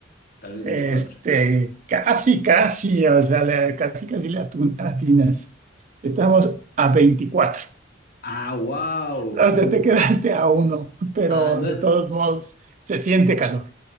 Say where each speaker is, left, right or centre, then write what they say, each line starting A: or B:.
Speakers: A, on the left (about 50°); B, on the right (about 40°).
A: tal vez
B: Este,
A: veinticuatro.
B: casi, casi, o sea, le- casi, casi le atu- atinas. Estamos a 24.
A: Ah, wow,
B: O sea,
A: uf.
B: te <laughs> quedaste a uno, pero
A: Ah, no
B: de
A: es,
B: todos modos se siente calor.